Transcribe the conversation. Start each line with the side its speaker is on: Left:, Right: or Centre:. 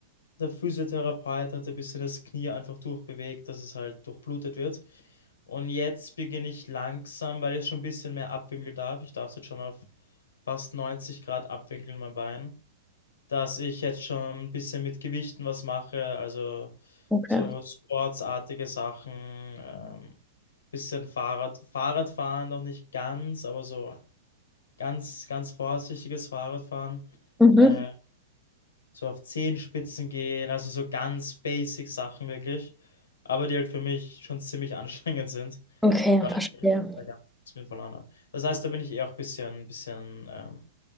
Left: Der Physiotherapeut hat ein bisschen das Knie einfach durchbewegt, dass es halt durchblutet wird. Und jetzt beginne ich langsam, weil ich jetzt schon ein bisschen mehr abwinkeln darf. Ich darf es jetzt schon auf fast 90 Grad abwinkeln, mein Bein. Dass ich jetzt schon ein bisschen mit Gewichten was mache, also
Centre: okay.
Left: so sportsartige Sachen, ähm, bisschen Fahrrad, Fahrradfahren noch nicht ganz, aber so ganz, ganz vorsichtiges Fahrradfahren.
Centre: Mhm.
Left: äh, so auf Zehenspitzen gehen, also so ganz basic Sachen wirklich, aber die halt für mich schon ziemlich <laughs> anstrengend sind,
Centre: Okay,
Left: weil
Centre: verstehe.
Left: ich da ganz viel verloren habe. Das heißt, da bin ich eh auch ein bisschen, ein bisschen ähm,